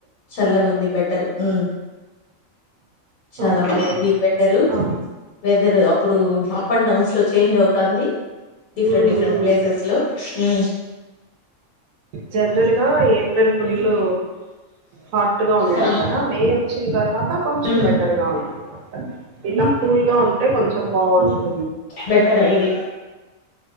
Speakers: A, on the left (about 80°); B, on the right (about 85°).
A: చల్లగ ఉంది బెటర్ ఉ చాలా
B: ఓకే
A: వాకి బెటరు
B: ఆ
A: వెదరు ఇప్పుడు అప్ అండ్ డౌన్స్ లో చేంజ్ అవుతంది different
B: um
A: different
B: um
A: places లో ఉ
B: జనరల్ గా ఏప్రిల్ పుల్లు హాట్ గా ఉన్నింది
A: ఉమ్
B: కదా మే వచ్చిన తర్వాత ఇంకా కొంచెం
A: ఉమ్,
B: బెటర్ గా ఉండాల ఇలా కూల్ గా ఉంటే కొంచెం బాగుంటుంది
A: బెటర్ ఇది